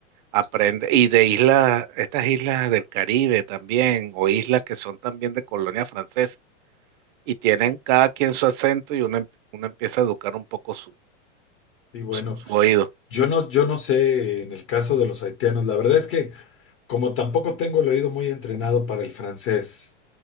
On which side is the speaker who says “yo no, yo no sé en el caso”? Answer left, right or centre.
Left